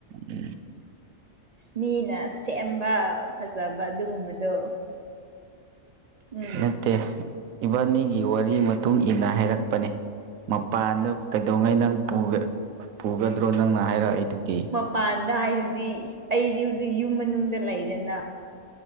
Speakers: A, on the right; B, on the right.
A: ꯎꯝ
B: ꯃꯤꯅ ꯁꯦꯝꯕ ꯐꯖꯕ ꯑꯗꯨꯒꯨꯝꯕꯗꯣ ꯎꯝ
A: ꯅꯠꯇꯦ ꯏꯕꯥꯅꯤꯒꯤ ꯋꯥꯔꯤ ꯃꯇꯨꯡ ꯏꯟꯅ ꯍꯥꯏꯔꯛꯄꯅꯤ ꯃꯄꯥꯟꯗ ꯀꯩꯗꯧꯉꯩ ꯅꯪ ꯄꯨꯒꯗ꯭ꯔꯣ ꯅꯪꯅ ꯍꯥꯏꯔꯛꯏꯗꯨꯗꯤ
B: ꯃꯄꯥꯟꯗ ꯍꯥꯏꯁꯤꯗꯤ ꯑꯩꯗꯤ ꯍꯧꯖꯤꯛ ꯌꯨꯝ ꯃꯅꯨꯡꯗ ꯂꯩꯔꯤ ꯑꯗꯨꯅ